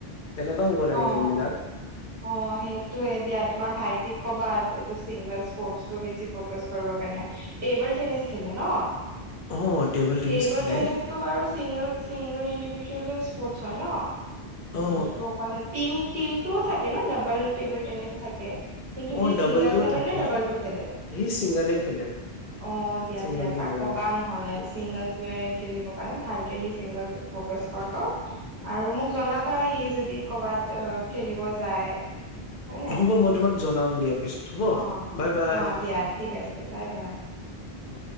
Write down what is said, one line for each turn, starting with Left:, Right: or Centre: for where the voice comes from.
Left: তেনেকুৱা হব লাগে
Right: অ
Left: গেম বিলাক।
Right: অ সেইটোয়ে দিয়া তোমাৰ ভাইটিক কবা চিংগাল স্পৰ্টছটো বেছি ফকাছ কৰিব কাৰনে এইবাৰ টেনিছ খেলে ন
Left: অ টেবল টেনিছ
Right: টেবুল
Left: খেলে
Right: টেনিছটো বাৰু চিংগল চিংগল ইণ্ডিভিজুৱেল স্পৰ্টছ হয় ন।
Left: অ
Right: নেহি ত অকলে টিম টিমটোও থাকে ন ডাবল টেবুল টেনিছো থাকে কিন্তু
Left: অ
Right: সি
Left: ডাবলটোও
Right: চিংগল খেলে
Left: থাকে
Right: নে ডাবলটো খেলে?
Left: সি ছিংগলে খেলে
Right: অ দিয়া
Left: ছিংগল
Right: দিয়া
Left: খেলে
Right: তাক কবা
Left: অ
Right: নহ'লে চিংগেলটোৱে খেলিব কাৰণে ভালকে সি চিংগলটোক ফকাচ কৰক আৰু মোক জনাবা সি যদি কবাত খেলিব যায়। হয় নে
Left: হ'ব মই তোমাক জনাম দিয়া। পিছত হ'ব
Right: অ
Left: বাই
Right: অ
Left: বাই
Right: অ দিয়া ঠিক আছে বাই বাই।
Left: অ